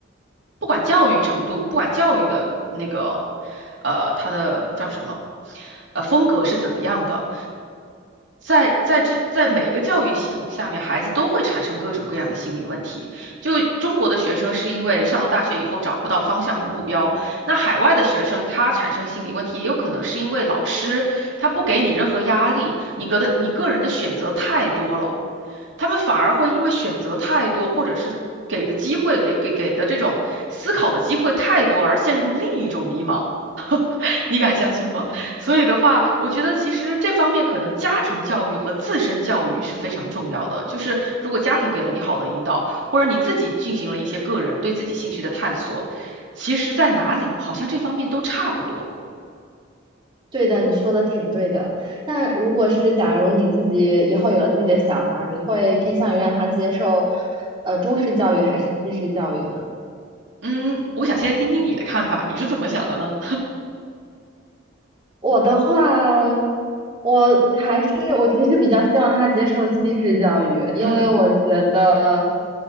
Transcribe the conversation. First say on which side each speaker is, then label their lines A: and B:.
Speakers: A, on the right; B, on the right.
A: 不管教育程度，不管教育的那个，呃，它的叫什么，呃，风格是怎么样的，在在这在每个教育系统下面，孩子都会产生各种各样的心理问题。就中国的学生是因为上了大学以后找不到方向和目标，那海外的学生他产生心理问题，也有可能是因为老师他不给你任何压力，你个的你个人的选择太多了，他们反而会因为选择太多，或者是给的机会给给给的这种思考的机会太多而陷入另一种迷茫。你敢相信吗？所以的话，我觉得其实这方面可能家庭教育和自身教育是非常重要的。就是如果家庭给了你好的引导，或者你自己进行了一些个人对自己兴趣的探索，其实在哪里好像这方面都差不多。
B: 对的，你说的挺对的。但如果是假如你自己以后有了自己的小孩儿，你会偏向于让他接受，呃，中式教育还是西式教育呢？
A: 嗯，我想先听听你的看法，你是怎么想的呢？
B: 我的话，我还是我其实比较希望他接受西式教育，因为我觉得
A: 嗯